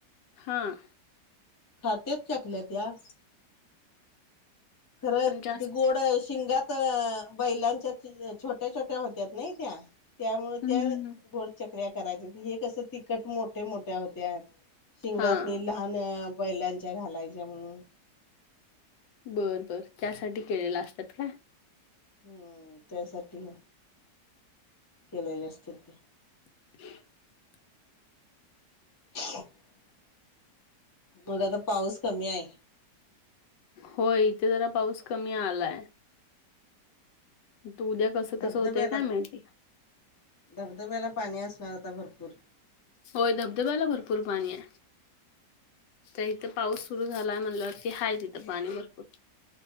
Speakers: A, on the left (about 80°); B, on the left (about 20°).
A: हां.
B: खात्यात चकल्या त्या खरं,
A: पण जास्त
B: ते गोडं शिंगात त अ बैलांच्या छोट्या छोट्या होत्यात नई त्या, त्यामुळे
A: हम्म
B: त्या
A: हम्म हम्म.
B: गोल चकल्या करायचं, ‌ ते हे कसं तिखट ‌ मोठमोठ्या होत्यात ‌, शिंगात्नी
A: हा
B: लहान अन बैलांच्या घालायच्या म्हणून
A: बर बर, त्यासाठी केलेल्या असतात काय.
B: हम्म, त्यासाठी केलेल्या असत्यात त्या.
A: <inaudible>
B: <unintelligible> बघ आता पाऊस कमी आहे
A: होय इथे जरा पाऊस कमी आलाय. तू उद्या कसं
B: धबधब्याला
A: कसं होतंय काय माहिती.
B: धबधब्याला पाणी असणार आता भरपूर.
A: होय धबधब्याला भरपूर पाणी आहे, तर इथे पाऊस सुरू झालाय म्हणल्यावर वरती हाय तिथं पाणी भरपूर.